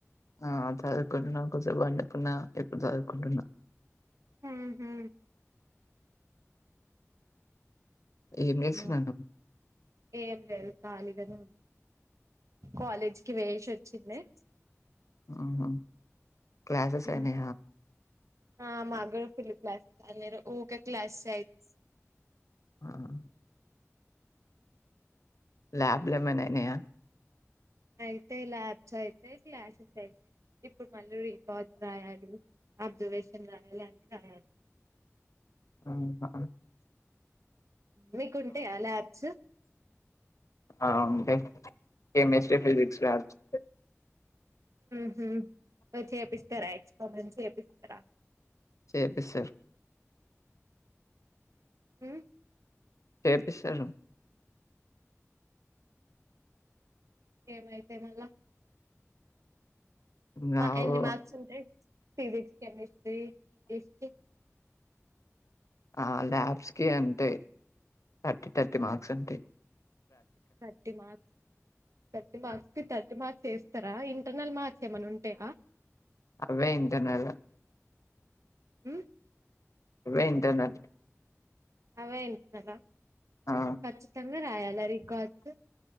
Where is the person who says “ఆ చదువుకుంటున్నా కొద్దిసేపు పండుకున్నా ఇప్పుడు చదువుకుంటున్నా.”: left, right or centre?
Left